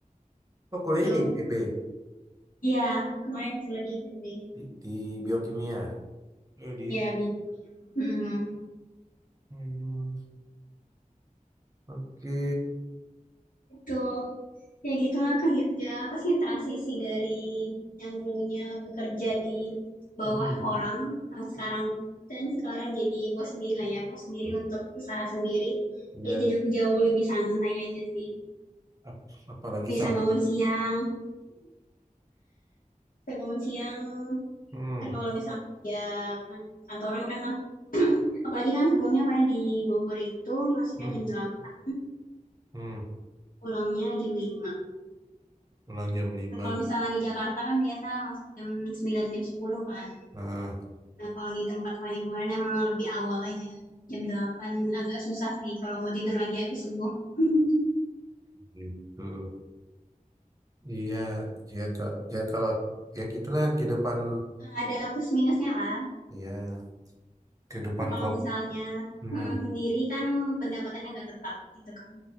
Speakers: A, on the right; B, on the left.
A: Oh, kuliahnya
B: Tuh.
A: di IPB,
B: Iya, kemarin sudah di IPB.
A: di, di biokimia. Iya, di.
B: ya bi- Mm,
A: Hmm, oke.
B: itu. Ya gitulah kerja apa sih transisi dari yang dulunya bekerja di bawah
A: Hmm,
B: orang yang sekarang dan sekarang jadi bos sendiri lah ya bos sendiri untuk usaha sendiri
A: ya.
B: ya jadi jauh lebih santai aja sih
A: Ap- apalagi
B: bisa
A: sama.
B: bangun siang bisa bangun siang
A: Hmm,
B: eh, kalau misalnya kerja kan- kantoran kan nah, <clears throat> apalagi kan sebelumnya kayak di Bogor itu masuknya
A: hmm,
B: jam delapan
A: hmm.
B: pulangnya jam lima
A: Pulang jam 5,
B: Nah, kalau misalnya di Jakarta kan biasa masuk jam sembilan jam 10 kan
A: Nah,
B: Nah, kalau di tempat Fani kemarin emang lebih awal aja. Jam 8 agak susah sih kalau mau tidur lagi habis subuh. <laughs>
A: gitu. Iya, ya kalau ya kalau ya gitulah kehidupan
B: Ada plus minusnya lah.
A: Iya, kehidupan
B: Kan kalau
A: kot.
B: misalnya
A: Hmm,
B: mm, sendiri kan pendapatannya nggak tetap gitu kan.